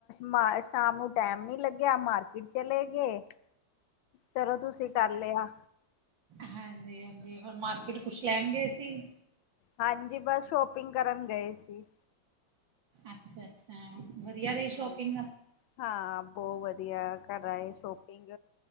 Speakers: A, on the left; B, on the right.
A: ਮ ਸ਼ਾਮ ਨੂੰ ਟੈਮ ਨੀਂ ਲੱਗਿਆ। ਮਾਰਕੀਟ ਚਲੇ ਗੇ। ਚਲੋ ਤੁਸੀਂ ਕਰ ਲਿਆ।
B: ਹਾਂਜੀ ਹਾਂਜੀ। ਹੋਰ ਮਾਰਕੀਟ ਕੁਛ ਲੈਂਣਗੇ ਸੀ।
A: ਹਾਂਜੀ। ਬਸ ਸ਼ਾਪਿੰਗ ਕਰਨ ਗਏ ਸੀ।
B: ਅੱਛਾ ਅੱਛਾ। ਵਧੀਆ ਰੀ
A: ਹਮ
B: ਸ਼ੋਪਿੰਗ?
A: ਹਾਂ, ਬੋਤ ਵਧੀਆ, ਕਰ ਆਏ ਸ਼ੋਪਿੰਗ